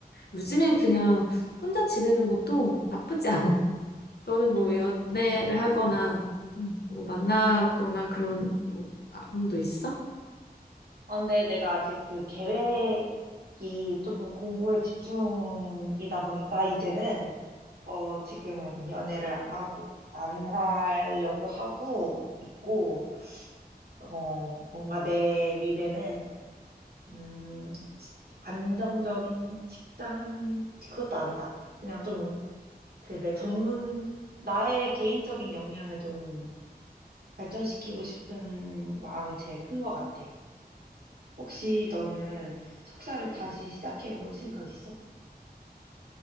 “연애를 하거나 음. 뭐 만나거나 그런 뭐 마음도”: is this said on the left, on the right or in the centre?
Left